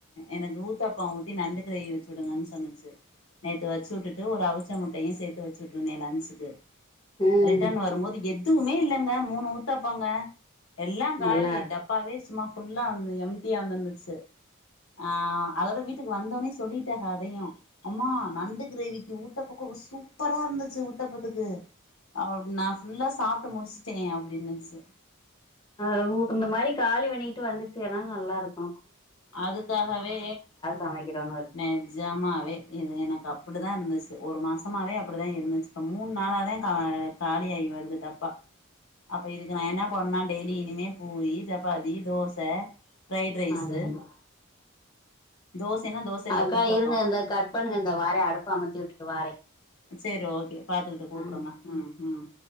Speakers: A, on the left; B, on the left.
A: எனக்கு ஊத்தாப்பொ ஊத்தி நண்டு க்ரேவி வச்சு உடுங்கன் சொன்னுச்சு நேத்து வச்சு உட்டுட்டு ஒரு அவிச்ச முட்டையு சேத்து வச்சு உட்ருந்தே லன்ச்சுக்கு
B: ம்
A: ரிட்டன் வரும்போது எதுவுமே இல்லங்க மூணு ஊத்தாப்பொங்க எல்லா காலி
B: நல்லாருக்
A: டப்பாவே சும்மா ஃபுல்லா வந்து எம்டியா வந்துந்துச்சு ஆ அதோட வீட்டுக்கு வந்த ஒன்னே சொல்லி த்தக அதயு அம்மா நண்டு கிரேவிக்கு ஊத்தப்பக்கு ரு சூப்பராருந்துச்சு ஊத்தாபத்துக்கு அவுட் நா ஃபுல்லா சாப்ட்டு முடிஷ்ட்டே அப்டின்னுச்சு
B: அ உ இந்த மாரி காலி பண்ணிக்கிட்டு வந்துச்சுகனா நல்லாருக்கு
A: அதுக்காகவே
B: சமைக்கிறோன்னு இருக்கு
A: நெஜ்ஜமாவே இது எனக் அப்புடுதா இர்ந்துச்சு ஒரு மாசமாவே அப்டுதா இருந்துச் அ மூண் நாளாதே கா காலிஆயி வருது டப்ப அப்ப இதுக்கு நா என்ன பண்ணுனா டெய்லி இனிமே பூரி சப்பாத்தி தோச ஃப்ரைட் ரைஸு
B: அதேதா
A: தோசைன்னா தோச இல்ல
B: அக்கா
A: ஊத்தாப்போ
B: இருங்க இந்தா கட் பண்ணுங்க இந்தா வாரே அடுப்ப அமத்தி உட்டுட்டு வாரே
A: சேரி ஓகே பாத்துக்குட்டு கூப்புடுங்க
B: ஆஹ்
A: ம் ம்